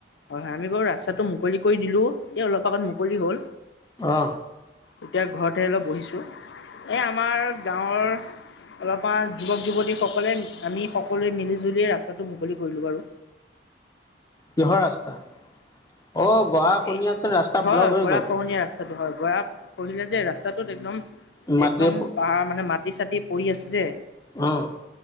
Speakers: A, on the left; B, on the left.
A: হয়, হয় আমি বাৰু ৰাস্তাটো মুকলি কৰি দিলো এই অলপ আগত মুকলি হ'ল।
B: অ
A: এতিয়া ঘৰতে অলপ বহিছো এ আমাৰ গাঁৱৰ অলপমান যুৱক যুৱতীসকলে আমি সকলোৱ মিলি জুলিয়ে ৰাস্তাটো মুকলি কৰিলোঁ বাৰু।
B: কিহৰ ৰাস্তা? অ গৰা খহনীয়াতে
A: এ
B: ৰাস্তা
A: হয়
B: ব্লক হৈ
A: গৰাখহনীয়া
B: গ'ল
A: ৰাস্তাটো হয় গৰা খহিলে যে ৰাস্তা তাটোত একদম
B: মাটিয়ে
A: একদম পাহাৰ মানে মাটি চাটি পৰি আছে যে।
B: অ'।